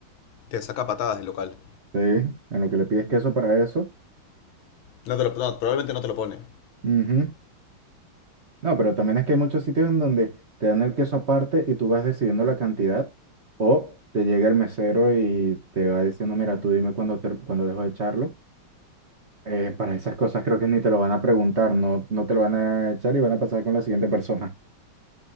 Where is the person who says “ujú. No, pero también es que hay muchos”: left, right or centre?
Right